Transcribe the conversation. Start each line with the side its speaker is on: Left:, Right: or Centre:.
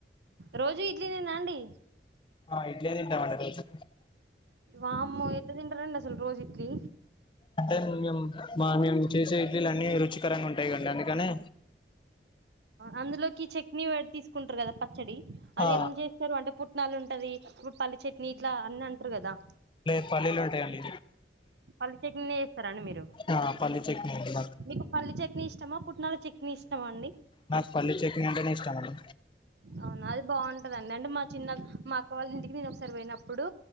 Right: రోజు ఇడ్లీనేనా అండి
Left: ఆ ఇడ్లీ తింటామండీ రోజు.
Right: వామ్మో అసలు ఎట్లా తింటారండీ రోజు ఇడ్లీ.
Left: అంటే మేము మా మేము చేసే ఇడ్లీలు అన్ని రుచికరంగా ఉంటాయి కండి అందుకనె.
Right: అందులోకి చట్నీ తీసుకుంటారు కదా పచ్చడి అది
Left: ఆ
Right: ఏం చేస్తారు అంటే పు. పుట్నాలు ఉంటది ఇప్పుడు పల్లి చట్నీ ఇట్లా అన్ని అంటారు కదా‌.
Left: లే పల్లీలు ఉంటాయండి.
Right: పల్లి చట్నీ చేస్తారా అండి మీరు.
Left: ఆ పల్లీ చట్నీ అండి మాకు
Right: మీకు పల్లీ చట్నీ ఇష్టమా పుట్నాల చట్నీ ఇష్టమా అండి.
Left: నాకు పల్లి చట్నీ అంటేనే ఇష్టమండి.
Right: అవునా అది బాగుంటదండి అంటే మా చిన్న మా అక్క వాళ్ళ ఇంటికి నేను ఒకసారి పోయినప్పుడు.